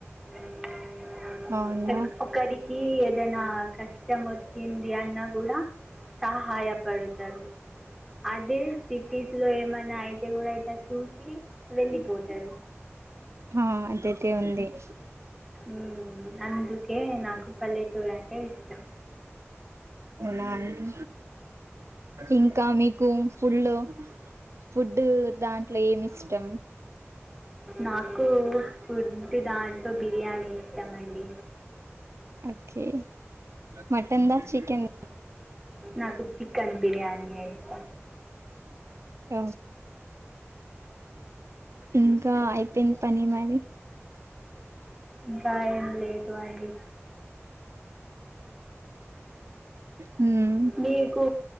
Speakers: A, in the centre; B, on the right.
A: <inaudible>
B: అవునా
A: ఒ ఒక్కడి ఈ ఏదైనా కష్ కష్టం వచ్చింది అన్న కూడా సహాయపడు తరు అదే సిటీస్ లో ఏమన్నా అయితే అయితే కూడా ఇట్ల చూసి వెళ్ళిపోతరు.
B: ఆ అదైతే ఉంది. <inaudible>
A: ఉ అందుకే నాకు పల్లెటూరు అంటే ఇష్టం
B: అవునా అండి ఇంకా మీకు ఫుల్లు ఫుడ్ దాంట్లో ఏమి ఇష్టం
A: నాకు ఫుడ్ దాన్ ట్లో బిర్యానీ ఇష్టం అండి.
B: ఓకే మటన్దా, చికెన్దా
A: నాకు చికెన్ బిర్యానీ అయితే
B: క ఇంకా అయిపోయింది పని మరి
A: ఇంకా ఏం లేదు అండి
B: మ్మ్
A: మీ కు